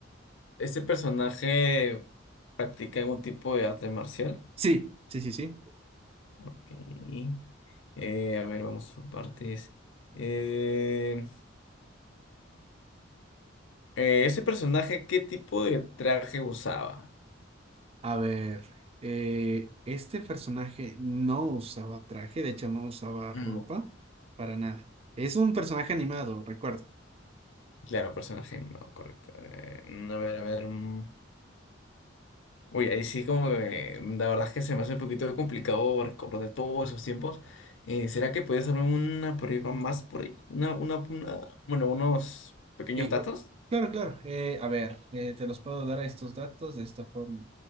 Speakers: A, on the left; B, on the right.
A: Este personaje practica algún tipo de arte marcial.
B: Sí, sí, sí, sí.
A: Ok. Eh, a ver, vamos por partes. Eh, eh, ¿ese personaje qué tipo de traje usaba?
B: A ver, eh, este personaje no usaba traje, de hecho no usaba ropa
A: Mm,
B: para nada. Es un personaje animado, recuerda.
A: Claro, personaje animado, correcto. Eh, mm, a ver, a ver. mm. Uy, ahí sí como que mm, la verdad es que se me hace un poquito complicado recordar todos esos tiempos. Eh, ¿será que puedes darme una prueba más por ahí? Una, una, una, bueno, unos pequeños
B: Y,
A: datos.
B: uh, claro, claro. Eh, a ver, eh, te los puedo dar a estos datos de esta forma.